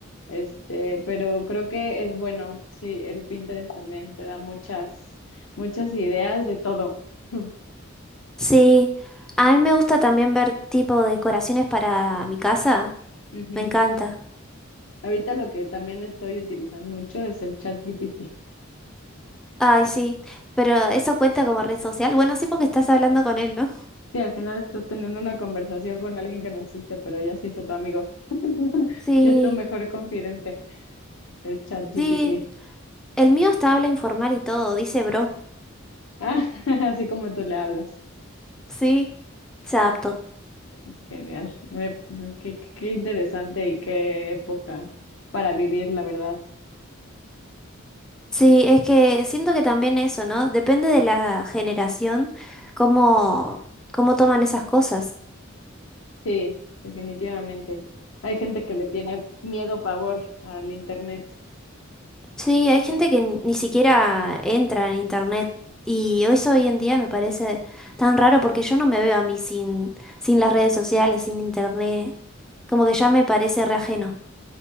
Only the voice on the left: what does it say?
Este, pero creo que es bueno, sí, el Pinterest también te da muchas, muchas ideas de todo. <laughs>
Ujú.
Ahorita lo que también estoy utilizando mucho es el chat GPT.
Sí, al final estás teniendo una conversación con alguien que no existe, pero ya se hizo tu amigo. <laughs>
Ya es tu mejor confidente, el chat GPT.
Ah, <laughs> así como tú le hablas.
Es genial. Me- me- qué, qué- qué interesante y qué época para vivir, la verdad.
Sí, definitivamente. Hay gente que le tiene miedo, pavor al internet.